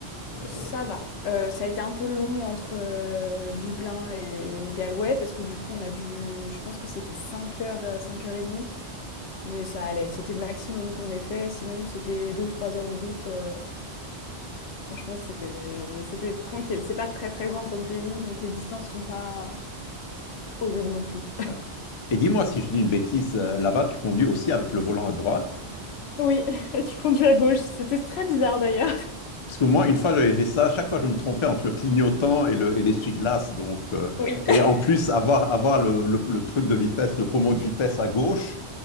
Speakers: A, on the left (about 45°); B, on the left (about 75°).
A: euh,
B: Ça va. Euh, ça a été un peu long entre euh, Dublin et Galway parce que du coup, on a dû. Je pense que c'était 5 heures, euh, 5 heures et demie, mais ça allait. C'était le maximum qu'on ait fait. Sinon, c'était deux trois heures de route. euh, franchement, c'était c'était tranquille. C'est pas très très grand comme pays, donc les distances sont pas horribles non plus.
A: euh, ouais. Et dis-moi si je dis une bêtise, euh, là-bas, tu conduis aussi avec le volant à droite?
B: Oui, <laughs> tu conduis à gauche. C'était très bizarre d'ailleurs.
A: Parce que moi, une fois, j'avais fait ça. Chaque fois, je me trompais entre le clignotant et le, et l'essuie-glace. Donc, euh,
B: Oui.
A: et
B: <laughs>
A: en plus, avoir, avoir le, le- le truc de vitesse, le pommeau de vitesse à gauche,